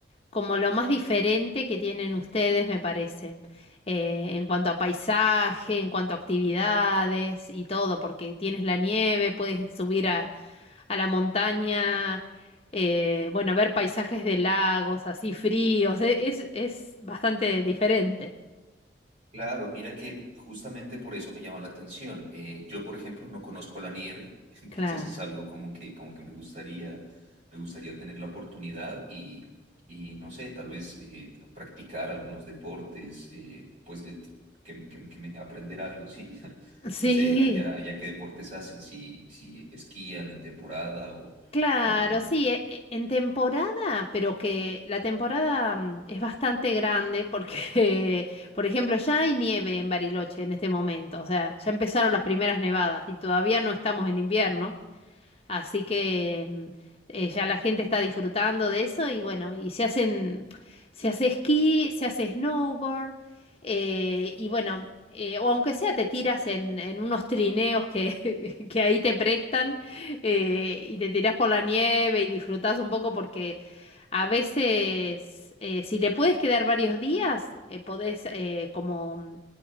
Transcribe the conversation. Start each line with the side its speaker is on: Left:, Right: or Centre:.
Left: como lo más diferente que tienen ustedes, me parece, eh, en cuanto a paisaje, en cuanto a actividades y todo, porque tienes la nieve, puedes subir a, a la montaña, eh, bueno, ver paisajes de lagos así fríos, e- es, es bastante diferente.
Right: Claro, mira que justamente por eso me llama la atención. Eh, yo, por ejemplo, no conozco la nieve, <laughs> entonces
Left: Claro.
Right: es algo como que, como que me gustaría, me gustaría tener la oportunidad y, y no sé, tal vez eh, practicar algunos deportes, eh, pues eh, que, que- que me- aprender algo, sí. <laughs>
Left: Sí.
Right: No sé, allá, allá qué deportes hacen, si, si esquían en temporada o,
Left: Claro,
Right: o no.
Left: sí, e- e- en temporada, pero que la temporada mm, es bastante grande porque, <laughs> por ejemplo, ya hay nieve en Bariloche en este momento, o sea, ya empezaron las primeras nevadas y todavía no estamos en invierno. Así que mm, eh, ya la gente está disfrutando de eso y bueno, y se hacen, se hace esquí, se hace snowboard eh, y bueno, eh, o aunque sea te tiras en, en unos trineos que, <laughs> que ahí te prestan eh, y te tiras por la nieve y disfrutás un poco porque a veces eh, si te puedes quedar varios días, eh, podés eh, como mm,